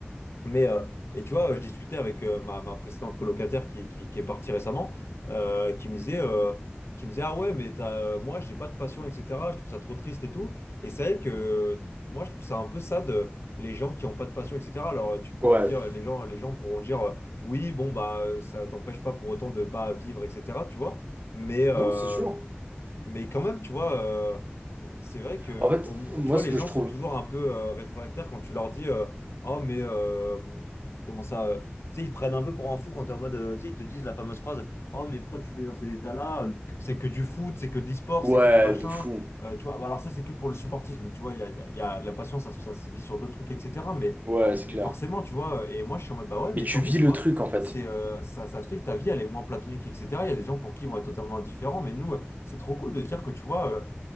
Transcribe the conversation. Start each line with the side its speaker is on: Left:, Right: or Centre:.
Left: Mais, euh, et tu vois, je discutais avec euh, ma, ma précédente colocataire qui, qui, qui est partie récemment, euh, qui me disait, euh, qui me disait, ah ouais, mais t'as, euh, moi, j'ai pas de passion, etc. Je trouve ça trop triste et tout. Et c'est vrai que euh, moi, je trouve ça un peu sad, euh, les gens qui ont pas de passion, etc. Alors, tu pourras
Right: Ouais,
Left: me dire, les gens, les gens pourront dire, euh, oui, bon, bah, euh, ça t'empêche pas pour autant de pas vivre, etc. Tu vois. Mais, euh,
Right: Non, c'est sûr.
Left: mais quand même, tu vois, euh, euh, c'est vrai que
Right: En fait,
Left: au mo-
Right: moi,
Left: tu vois,
Right: ce
Left: les
Right: que
Left: gens
Right: je trouve.
Left: sont toujours un peu euh, réfractaires quand tu leur dis euh, Oh, mais euh, comment ça euh, Tu sais, ils te prennent un peu pour un fou quand t'es en mode. euh, tu sais, ils te disent la fameuse phrase Oh, mais pourquoi tu mets dans ces états-là? C'est que du foot, c'est que de l'e-sport,
Right: Ouais,
Left: c'est que du machin.
Right: de fou.
Left: Euh, tu vois, alors ça, c'est que pour le supportisme. Tu vois, il y a, il y a- il y a la passion, ça, ça se vit sur d'autres trucs, etc. Mais,
Right: Ouais, c'est
Left: mais
Right: clair.
Left: forcément, tu vois, et moi, je suis en mode Bah ouais,
Right: Mais
Left: mais
Right: tu
Left: tant
Right: vis
Left: mieux, tu
Right: le
Left: vois.
Right: truc, en fait.
Left: C'est, euh, ça, ça fait que ta vie, elle est moins platonique, etc. Il y a des gens pour qui ils vont être totalement indifférents, mais nous. C'est trop cool de dire que tu vois, euh,